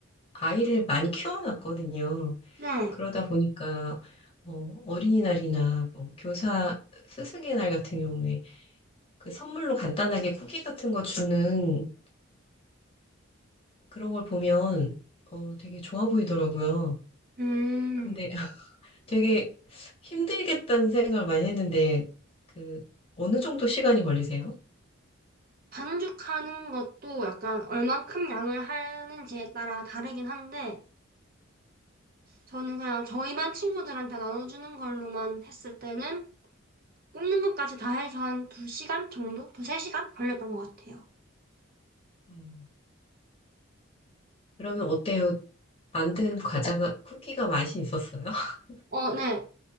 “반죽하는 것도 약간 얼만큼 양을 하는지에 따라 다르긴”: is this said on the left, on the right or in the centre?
Right